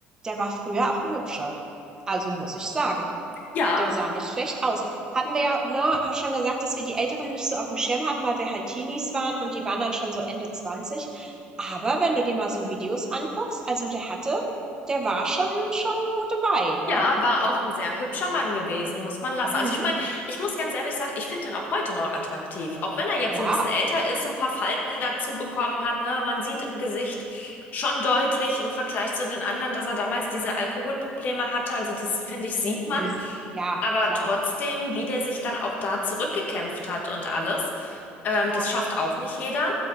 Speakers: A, on the right; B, on the left.
A: der war früher auch ein Hübscher. Also, muss ich sagen.
B: Ja,
A: der sah nicht schlecht aus. Hatten wir ja ne, schon gesagt, dass wir die Älteren nicht so auf dem Schirm hatten, weil wir halt Teenies waren und die waren dann schon so Ende 20. Aber wenn du dir mal so Videos anguckst, also der hatte, der war schon, schon gut dabei, ne?
B: Ja, war auch ein sehr hübscher Mann gewesen, muss man lassen.
A: Mhm.
B: Also ich meine, ich muss ganz ehrlich sagen, ich finde ihn auch heute noch attraktiv. Auch wenn er jetzt
A: Ja.
B: so ein bisschen älter ist, so ein paar Falten dazu bekommen hat, ne, man sieht im Gesicht schon deutlich im Vergleich zu den anderen, dass er damals diese Alkoholprobleme hatte. Also das finde ich, sieht
A: Mhm.
B: man.
A: Ja,
B: Aber
A: klar.
B: trotzdem, wie der sich dann auch da zurückgekämpft hat und alles, ähm,
A: Ja,
B: das schafft auch nicht jeder.